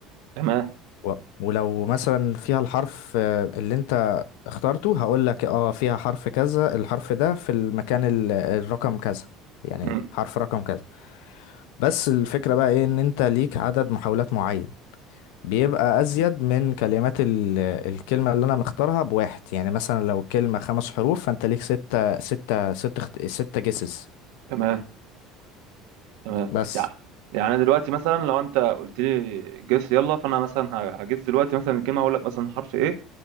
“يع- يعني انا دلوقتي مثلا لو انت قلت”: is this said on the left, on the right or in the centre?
Right